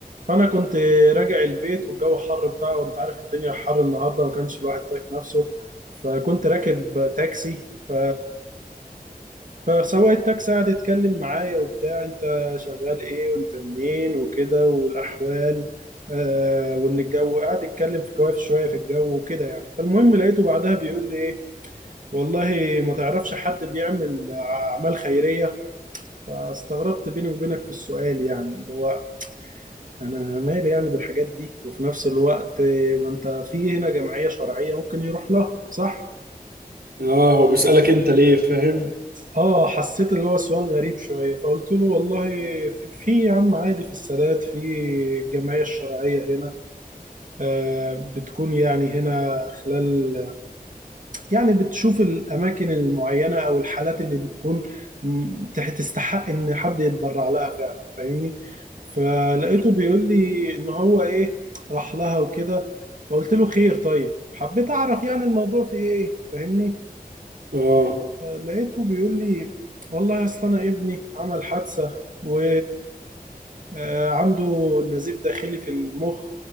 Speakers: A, on the right; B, on the right.
A: فانا كنت راجع البيت والجو حر بتاعه وانت عارف الدنيا حر النهارده ما كانش الواحد طايق نفسه فكنت راكب تاكسي ف فسواق التاكسي قعد يتكلم معايا وبتاع انت شغال ايه وانت منين وكده والاحوال آه وان الجو قعد يتكلم في كواف شويه في الجو وكده يعني فالمهم لقيته بعدها بيقول لي ايه والله ما تعرفش حد بيعمل اعمال خيريه فاستغربت بيني وبينك في السؤال يعني اللي هو انا مالي يعني بالحاجات دي وفي نفس الوقت آه، ما انت في هنا جمعيه شرعيه ممكن يروح لها صح
B: اه هو بيسألك انت ليه فاهم؟
A: اه حسيت اللي هو سؤال غريب شوية فقلت له والله في, في يا عم عادي في السادات في الجمعية الشرعية هنا آه بتكون يعني هنا خلال يعني بتشوف الأماكن المعينة أو الحالات اللي بتكون م- تح- تستحق إن حد يتبرع لها فعلا فاهمني فلقيته
B: مم.
A: بيقول لي إن هو إيه راح لها وكده فقلت له خير طيب حبيت أعرف يعني الموضوع في إيه فاهمني
B: اه
A: آه، لقيته بيقول لي والله اصل انا ابني عمل حادثه و آه، عنده نزيف داخلي في المخ